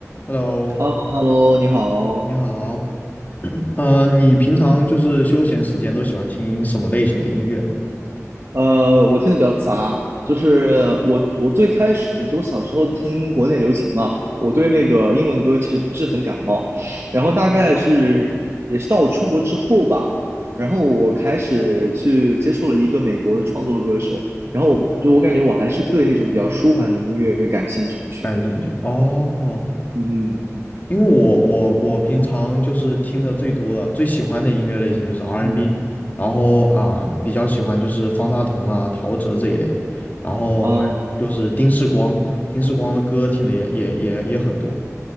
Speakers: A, on the left; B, on the right.
A: Hello，
B: h e l l o h e l l o 你好。
A: 你好。<clears throat> 呃，你平常就是休闲时间都喜欢听什么类型的音乐啊
B: 呃，我听的比较杂，就是我我最开始就我小时候听国内流行嘛，我对那个英文歌其实不是很感冒，然后大概是也是到我出国之后吧，然后我开始去接触了一个美国的创作歌手，然后我就我感觉我还是对那种比较舒缓的音乐感兴趣。
A: 感兴趣哦，
B: 嗯
A: 因为我我我平常就是听的最多的、最喜欢的音乐类型就是 R&B，
B: 嗯，嗯，
A: n 然后啊、比较喜欢就是方大同啊、陶喆这一类，然后还有就是丁世光，
B: 哦
A: 丁世光的歌听的也也也也很多。